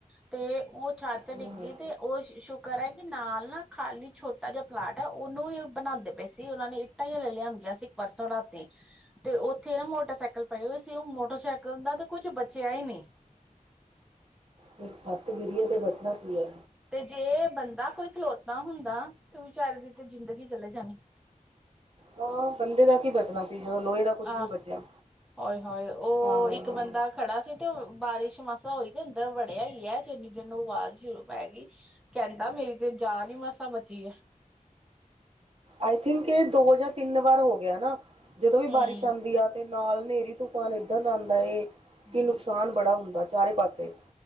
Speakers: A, in the centre; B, on the right.
A: ਤੇ ਉਹ ਛੱਤ
B: ਹੂੰ
A: ਡਿੱਗੀ ਤੇ ਉਹ ਸ਼ੁਕਰ ਹੈ। ਨਾਲ ਨਾ ਖਾਲੀ ਛੋਟਾ ਜਿਆ ਪਲਾਟ ਹੈ। ਉਹਨੂੰ ਹੀ ਬਣਾਦੇ ਪਏ ਸੀ। ਉਹਨਾਂ ਨੇ ਇੱਟਾਂ ਈ ਹਲੇ ਲਿਆਂਦੀਆਂ ਸੀ ਪਰਸੋਂ ਰਾਤੀ ਤੇ ਉੱਥੇ ਨਾ ਮੋਟਰਸਾਈਕਲ ਪਏ ਹੋਏ ਸੀ। ਉਹ ਮੋਟਰਸਾਈਕਲ ਦਾ ਤੇ ਕੁੱਛ ਬਚਿਆ ਹੀ ਨੀ। <inaudible>
B: ਤੇ ਛੱਤ ਗਿਰੀਏ ਤੇ ਬਚਣਾ ਕੀ ਏ।
A: ਤੇ ਜੇ ਬੰਦਾ ਕੋਈ ਖਲੋਤਾ ਹੁੰਦਾ ਤੇ ਵਿਚਾਰੇ ਦੀ ਤੇ ਜ਼ਿੰਦਗੀ ਚਲੇ ਜਾਣੀ
B: ਹਾਂ ਬੰਦੇ ਦਾ ਕੀ ਬਚਣਾ ਸੀ। ਜਦੋਂ ਲੋਹੇ ਦਾ ਕੁਛ
A: ਆਹ
B: ਨੀ ਬਚਿਆ
A: ਹੋਏ-ਹੋਏ ਉਹ
B: ਹਾਂ।
A: ਇੱਕ ਬੰਦਾ ਖੜਾ ਸੀ ਤੇ ਬਾਰਿਸ਼ ਮਸਾ ਹੋਈ ਤੇ ਅੰਦਰ ਵੜਿਆ ਹੀ ਹੈ ਤੇ ਇੰਨੀ ਦਿਨ ਨੂੰ ਆਵਾਜ਼ ਸ਼ੁਰੂ ਮੈ ਗਈ ਕਹਿੰਦਾ ਮੇਰੀ ਤੇ ਜਾ ਨੀ ਮਸ ਮਸਾ ਬਚੀ ਏ। <inaudible>
B: ਆਈ ਥਿੰਕ ਇਹ ਦੋ ਹਜ਼ਾਰ ਤਿੰਨ ਵਾਰ ਹੋ ਗਿਆ ਨਾ ਜਦੋਂ ਵੀ
A: ਹਮ
B: ਬਾਰਿਸ਼ ਆਂਦੀ ਆ ਤੇ । ਨਾਲ ਹਨੇਰੀ ਤੂਫ਼ਾਨ ਏਦਾਂ ਦਾ ਆਦਾ ਏ,
A: ਹਾਂ
B: ਕਿ ਨੁਕਸਾਨ ਬੜਾ ਹੁੰਦਾ। ਚਾਰੇ ਪਾਸੇ